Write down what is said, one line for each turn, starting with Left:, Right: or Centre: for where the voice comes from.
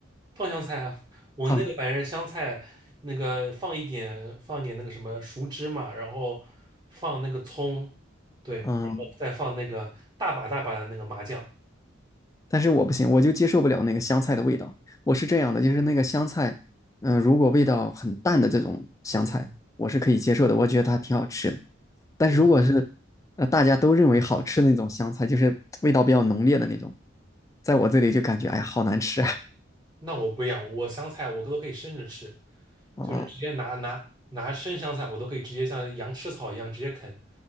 Right: 放香菜啊，我那个反正香菜那个放一点，
Left: 放，
Right: 放一点那个什么熟芝麻，然后放那个葱，对，
Left: 嗯，
Right: 然后再放那个大把大把的那个麻酱。
Left: 但是我不行，我就接受不了那个香菜的味道。我是这样的，就是那个香菜，嗯、呃如果味道很淡的这种香菜，
Right: 嗯
Left: 我是可以接受的，我觉得它挺好吃的。但是如果是呃大家都认为好吃的那种香菜，
Right: 嗯
Left: 就是味道比较浓烈的那种，
Right: 嗯，
Left: 在我这里就感觉哎呀好难吃啊！
Right: 那我不一样，我香菜我都可以生着吃，
Left: <laughs> 哦，
Right: 就是直接拿拿拿生香菜，我都可以直接像羊吃草一样直接啃，